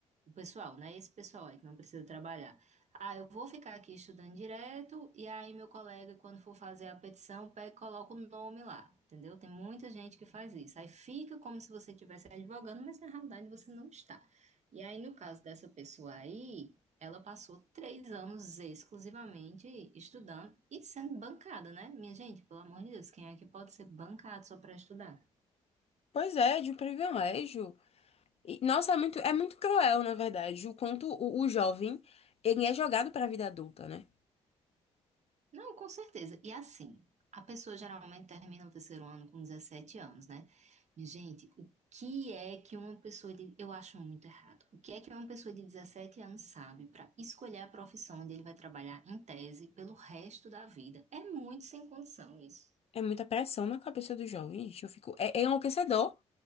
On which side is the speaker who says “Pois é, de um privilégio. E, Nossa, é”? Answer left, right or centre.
Left